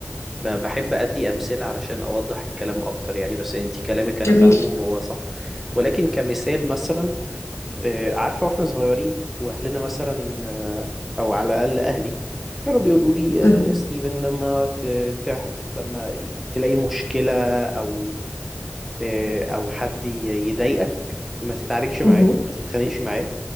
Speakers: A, in the centre; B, on the left.
A: ب- بحب أدي أمثلة علشان أوضح الكلام أكتر يعني بس أنت كلامك أنا
B: جميل
A: فاهمه وهو صح ولكن كمثال مثلا آه، عارفة وإحنا صغيرين وأهلنا مثلا آه، أو على الأقل أهلي كانوا بيقولوا لي آه،
B: مهم.
A: يا ستيفن لما ت... تح... لما تلاقي مشكلة أو آه، أو حد ي- يضايقك ما تتعاركش معاه
B: مهم.
A: ما تتخانقش معاه